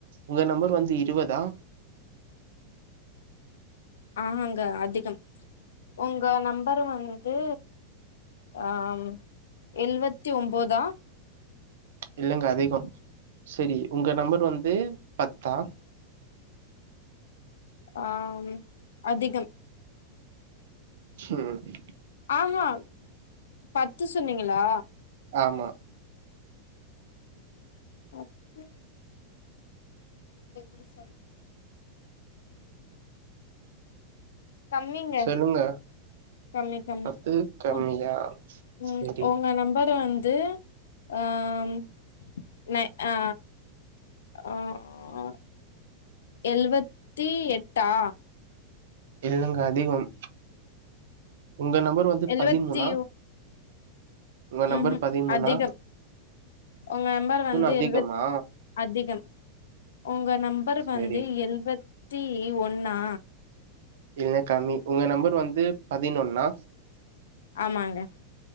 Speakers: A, on the right (about 55°); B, on the left (about 65°).
A: உங்க நம்பர் வந்து இருவதா
B: ஆஹாங்க அதிகம் உங்க நம்பர் வந்து ஆ இம் எழுவத்தி ஒம்போதா
A: இல்லங்க அதிகம் சரி உங்க நம்பர் வந்து பத்தா
B: ஆ அதிகம்
A: சேரி
B: ஆ ஆ பத்து சொன்னீங்களா
A: ஆமா
B: அது எப்படி சொல்றது கம்மிங்க
A: சொல்லுங்க
B: கம்மி கம்மி
A: பத்து கம்மியா
B: ஓ உம்
A: சரி
B: உங்க நம்பர் வந்து ஆம் நை ஆ ஆ ஆ எழ்வத்தி எட்டா
A: இல்லங்க அதிகம் உங்க நம்பர் வந்து
B: எழுவத்தி
A: பதிமூனா ஒங்க நம்பர்
B: ம்ஹூம்
A: பதிமூனா
B: அதிகம் உங்க நம்பர் வந்து
A: அதிகமா
B: எழுவத் அதிகம் உங்க நம்பர்
A: சரி
B: வந்து எழுவத்தி ஒன்னா
A: இதனே காமி உங்க நம்பர் வந்து பதினொன்னா
B: ஆமாங்க